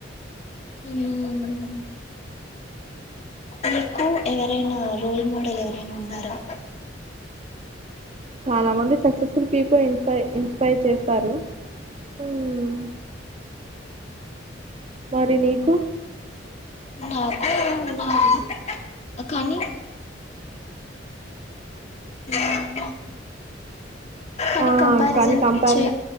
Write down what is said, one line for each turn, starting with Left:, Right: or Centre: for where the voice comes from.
Left: ఉమ్మ్మ్మ్ మీకు ఎవరైనా రోల్ మోడల్ ఎవరైనా ఉన్నారా
Right: చాలా మంది సక్సెస్ఫుల్ పీపుల్ ఇన్స్పై ఇన్స్పైర్ చేస్తారు ఉమ్, మరి నీకు
Left: నాకు ఉన్నారు కనీ హ న్ని
Right: ఆ
Left: కంపారిజన్
Right: కానీ కంపారి
Left: చే